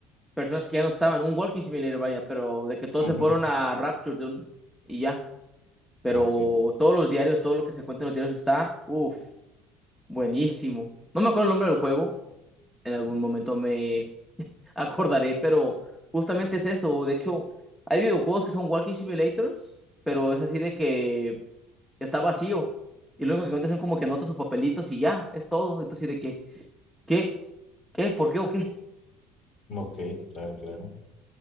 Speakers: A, in the centre; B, on the left.
A: personas que ya no estaban, un walking simulator, vaya, pero de que todos
B: Ujú.
A: se fueron a Rapture de un, y ya. Pero
B: Ok,
A: todos los diarios, todo lo que se cuenta en los diarios está, uff, buenísimo. No me acuerdo el nombre del juego, en algún momento me <laughs> acordaré, pero justamente es eso. De hecho, hay videojuegos que son walking simulators, pero es así de que está vacío. Y luego que encuentras son como que anotas sus papelitos y ya, es todo. Entonces, sí de que, ¿qué? ¿Qué? ¿Por qué o qué? <laughs>
B: ok, claro, claro.